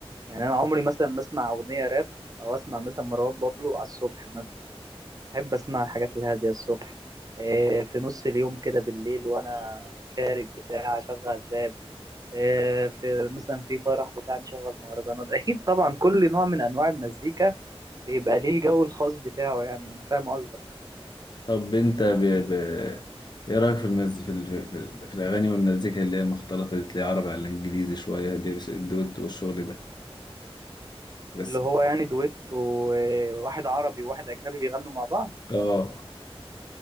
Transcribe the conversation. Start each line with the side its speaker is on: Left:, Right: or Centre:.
Right: يعني انا عمري مثلا ما اسمع اغنيه راب او اسمع مثلا مروان بابلو على الصبح مثلا احب اسمع الحاجات الهاديه الصبح إيه في نص اليوم كده بالليل وانا خارج بتاع اشغل راب إيه في مثلا في فرح بتاع نشغل مهرجانات <laughs> اكيد طبعا كل نوع من انواع المزيكا بيبقى ليه الجو الخاص بتاعه يعني انا فاهم قصدك
Left: طب انت ب... ب... ايه رايك في المز في, ال... في, ال... في الاغاني والمزيكا اللي هي المختلطه دي تلاقي عربي على انجليزي شويه اللي هي بس- الدوت والشغل ده بس
Right: اللي هو يعني دويت وواحد عربي وواحد اجنبي بيغنوا مع بعض
Left: اه